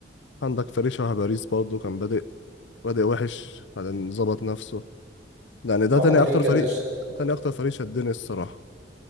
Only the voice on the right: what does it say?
عم
انريكي
يا باشا